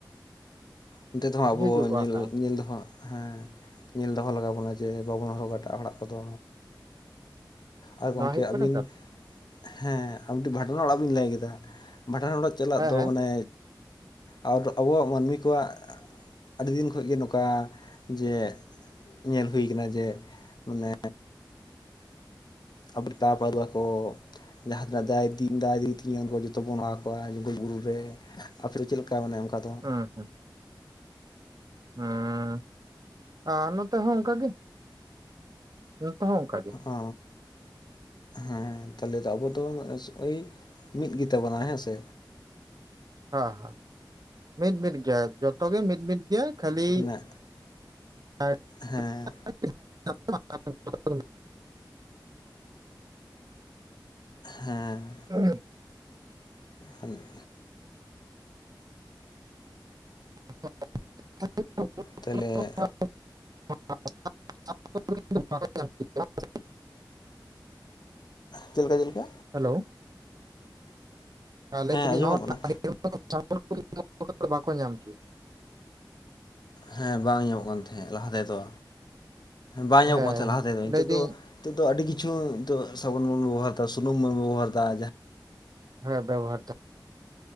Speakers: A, on the left (about 60°); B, on the right (about 50°).
A: ᱚᱱᱛᱮ ᱛᱮᱦ ᱟᱵᱚ
B: ᱦᱤᱡᱩᱜᱼᱟ
A: ᱧᱮᱞ
B: ᱦᱮᱸ
A: ᱧᱮᱞ ᱫᱚᱦᱚᱸ ᱦᱮᱸ ᱧᱮᱞ ᱫᱚᱦᱚ ᱞᱟᱜᱟᱣ ᱵᱚᱱᱟ ᱡᱮ ᱵᱟᱵᱚᱱ ᱦᱚᱨᱚᱜᱟ ᱮᱴᱟᱜ ᱚᱲᱟᱜ ᱠᱚᱫᱚ ᱟᱨ ᱜᱚᱝᱠᱮ
B: ᱱᱚᱣᱟ ᱦᱩᱭᱩᱜ ᱠᱟᱱᱟ
A: ᱟᱵᱤᱱ
B: ᱠᱟᱛᱷᱟ
A: ᱦᱮᱸ ᱟᱵᱤᱱ ᱴᱮᱱ ᱵᱷᱟᱸᱰᱟᱱ ᱚᱲᱟᱜ ᱵᱤᱱ ᱞᱟᱹᱭ ᱠᱮᱫᱟ ᱵᱷᱟᱸᱰᱟᱱ ᱚᱲᱟᱜ ᱪᱟᱞᱟᱜ ᱫᱚ
B: ᱦᱮᱸ
A: ᱢᱟᱱᱮ ᱟᱵᱚᱣᱟᱜ ᱢᱟᱹᱱᱢᱤ ᱠᱚᱣᱟᱜ ᱟᱹᱰᱤᱱ ᱠᱷ ᱜᱮ ᱱᱚᱝᱠᱟ ᱡᱮ ᱧᱮᱞ ᱦᱩᱭ ᱟᱠᱟᱱᱟ ᱡᱮ ᱢᱟᱱᱮ ᱟᱵ ᱛᱟᱯᱟᱨᱣᱟ ᱠᱚ <unintelligible> ᱡᱟᱦᱟᱸ ᱛᱤᱱᱟᱜ ᱫᱟᱭ ᱫᱮ <unintelligible> ᱛᱤᱧᱟᱹ ᱩᱱ ᱡᱚᱛᱚ ᱵᱚᱱ ᱦᱚᱦᱚᱣᱟ ᱡᱮ ᱵᱩᱨᱩ ᱨᱮ ᱟᱯᱮ ᱫᱚ ᱪᱮᱫ ᱞᱮᱠᱟ ᱢᱟᱱᱮ ᱚᱱᱠᱟ ᱫᱚ
B: ᱦᱩᱸ ᱦᱩᱸ ᱦᱮᱸ ᱟᱨ ᱱᱚᱛᱮ ᱦᱚᱸ ᱚᱱᱠᱟᱜ ᱜᱮ ᱱᱚᱛᱮ ᱦᱚᱸ ᱚᱱᱠᱟ ᱜᱮ
A: ᱚ ᱦᱮᱸ ᱛᱟᱦᱚᱞᱮ ᱫᱚ ᱟᱵᱚ ᱫᱚ ᱳᱭ ᱢᱤᱫ ᱜᱮᱛᱟᱵᱚᱱᱟ ᱦᱮᱸ ᱥᱮ
B: ᱦᱮᱸ ᱦᱮᱸ ᱢᱤᱫ ᱢᱤᱫ ᱡᱚᱛᱚ ᱜᱮ ᱢᱤᱫ ᱢᱤᱫ ᱜᱮᱭᱟ ᱠᱷᱟᱹᱞᱤ
A: ᱚᱱᱮ
B: <unintelligible>
A: ᱦᱮᱸ
B: ᱦ <unintelligible> ᱟᱮ <unintelligible>
A: ᱦᱮᱸ
B: ᱦᱮᱸ <inaudible>
A: ᱦ <unintelligible>
B: <inaudible>
A: ᱛᱟᱭᱞᱮ
B: <unintelligible> <inaudible>
A: ᱪᱮᱫ ᱞᱮᱠᱟ ᱪᱮᱫ ᱞᱮᱠᱟ
B: ᱦᱮᱞᱳ <unintelligible>
A: ᱦᱮᱸ ᱟᱸᱡᱚᱢᱚᱜ ᱠᱟᱱᱟ
B: ᱵᱟᱠᱚ ᱧᱟᱢ ᱠᱮᱫᱟ
A: ᱦᱮᱸ ᱵᱟᱝ ᱧᱟᱢᱚᱜ ᱠᱟᱱ ᱛᱟᱦᱮᱸ ᱞᱟᱦᱟ ᱛᱮᱫᱚ ᱵᱟᱝ ᱧᱟᱢᱚᱜ
B: ᱦᱮᱸ
A: ᱠᱟᱱ ᱛᱟᱦᱮᱸᱫ ᱞᱟᱦᱟ ᱛᱮᱫᱚ ᱱᱤᱛᱚᱜ
B: ᱞᱟᱹᱭᱫᱟᱹᱧ
A: ᱫᱚ ᱱᱤᱛᱚᱜ ᱫᱚ ᱟᱹᱰᱤ ᱠᱤᱪᱷᱩ ᱱᱤᱛᱚᱜ ᱥᱟᱵᱚᱱ ᱵᱚᱱ ᱵᱮᱵᱚᱦᱟᱨ ᱮᱫᱟ ᱥᱩᱱᱩᱢ ᱵᱚᱱ ᱵᱮᱵᱚᱦᱟᱨᱮᱫᱟ᱾
B: ᱦᱮᱸ ᱵᱮᱵᱚᱦᱟᱨ ᱫᱟ